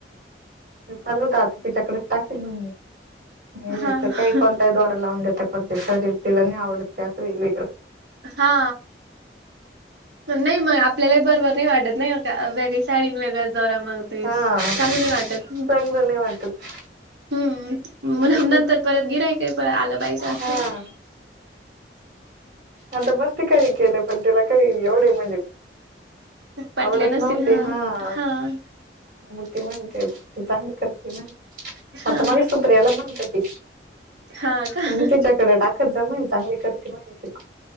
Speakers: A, on the right (about 45°); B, on the right (about 75°).
A: चाललं होत आता तिच्याकडेच टाकेल म्हण मी हे
B: हां,
A: हित काय कोण दोरा लावून देतय कोणत्याही साडीला तिला नाय आवडत ते असं वेगळं वेगळं.
B: हा. नाई मग आपल्यालाही बरबर नाय वाटत नाही का वेगळी साडी वेगळाच दोरा मग तेच,
A: हा
B: चांगली नाय वाटत.
A: चांगलं नाही वाटत
B: हम्म
A: मग
B: म्हणून
A: ते
B: नंतर परत गिऱ्हाईक हि परत आलं पाहिजे
A: हा.
B: असं. <inaudible>
A: आता मस्त काही केलं पण त्याला काही एवढे म्हणजे
B: पटले
A: आवडत
B: नसतील.
A: नव्हते
B: हां.
A: हा.
B: हां,
A: मोठी म्हणते चांगली करते म्हणे
B: हां,
A: आता मगाशी सुप्रियाला म्हणत होती.
B: हां का?
A: म्हणी तिच्याकड टाकत जा म्हणी चांगली करती म्हणी पिको.